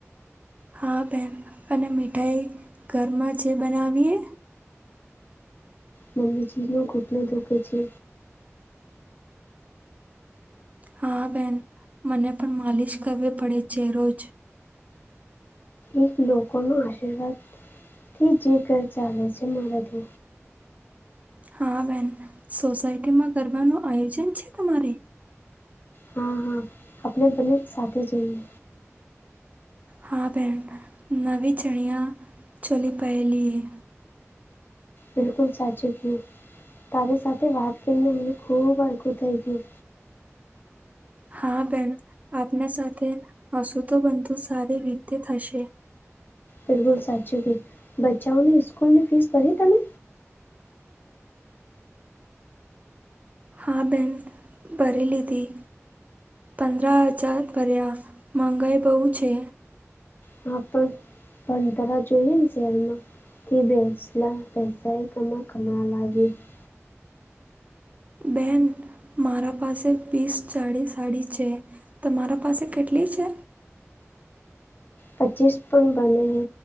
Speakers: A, on the right; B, on the left.
A: હા બેહેન અને મીઠાઈ ઘરમાં જે બનાવીએ
B: મમ્મીજીીનો ઘુટનો દુઃખે છે.
A: હા બેન મને પણ માલિશ કરવી પડે છે, રોજ.
B: એક લોકોનો આશીર્વાદથી જે ઘર ચાલે છે, મારા તો.
A: હા બેન સોસાયટીમાં ગરબાનું આયોજન છે, તમારે
B: હા-હા આપણે બને સાથે જઈએ.
A: હા ભેણ નવી ચણિયા છોલી પહેલી એ.
B: બિલકુલ સાચું કયું તારી સાથે વાત કરીને મને ખૂબ <unintelligible> થઈ ગયું.
A: હા બેન આપના સાથે હસુ તો બનતું સારી રીતે થશે.
B: બિલકુલ સાચું કીધું બચ્ચાઓની સ્કૂલ ની ફીસ ભરી તમે?
A: હા બેન ભરી લીધી. પંદર હજાર ભર્યા મંગાઈ બહુ છે.
B: હા પણ ભંતાર જોઈએ ને સેલમાં <unintelligible>
A: બેન મારા પાસે પીસ <unintelligible> સાડી છે. તમારા પાસે કેટલી છે?
B: પચીસ પણ બને છે,